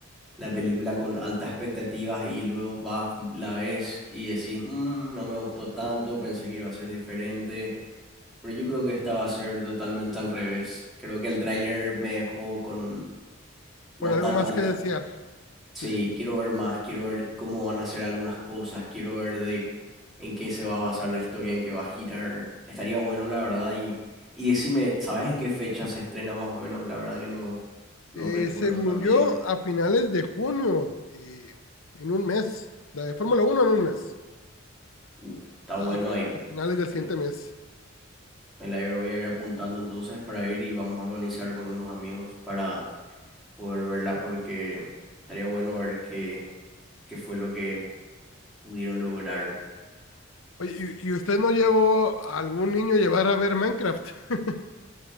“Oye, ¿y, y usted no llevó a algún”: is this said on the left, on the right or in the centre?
Left